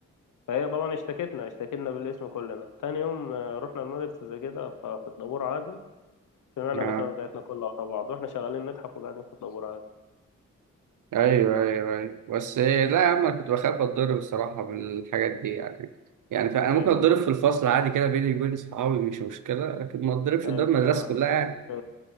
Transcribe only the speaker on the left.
فهي طبعا اشتكتنا اشتكتنا بالاسم كلنا تاني يوم آه، رحنا المدرسة زي كده ففي الطابور عادي سمعنا
الأسامي بتاعتنا كلها ورا بعض واحنا شغالين نضحك وقاعدين في الطابور عادي
ايوه
لو
أيوة،
انت
كنت